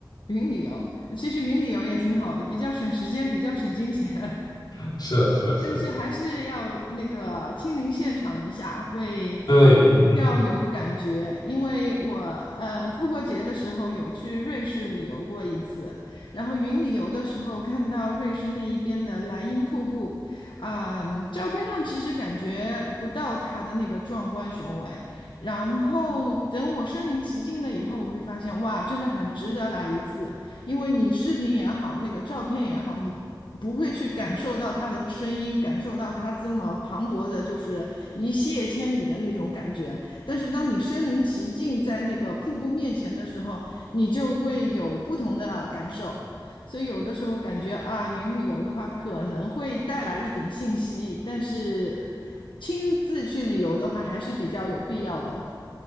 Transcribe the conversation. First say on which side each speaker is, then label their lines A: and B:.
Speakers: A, on the left (about 80°); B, on the left (about 60°).
A: 云旅游，其实云旅游也挺好的，比较省时间，比较省金钱。
B: <laughs> 是是是，
A: 但是还是要那个亲临现场一下，会
B: 对，
A: 比较有感觉。
B: 嗯
A: 因为我呃复活节的时候有去瑞士旅游过一次，然后云旅游的时候看到瑞士那一边的莱茵瀑布，啊、照片上其实感觉不到它的那个壮观雄伟。然后等我身临其境了以后，我会发现哇，真的很值得来一次。因为你视频也好，那个照片也好，你不会去感受到他的声音，感受到他这么磅礴的，就是一泻千里的那种感觉。但是当你身临其境在那个瀑布面前的时候，你就会有不同的感受。所以有的时候感觉啊，云旅游的话可能会带来一点信息，但是亲自去旅游的话还是比较有必要的。